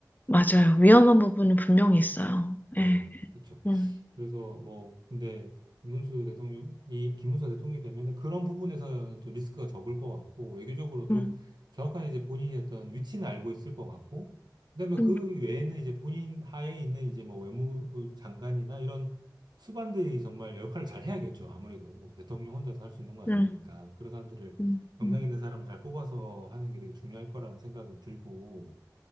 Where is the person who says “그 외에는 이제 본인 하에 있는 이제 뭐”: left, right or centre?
Right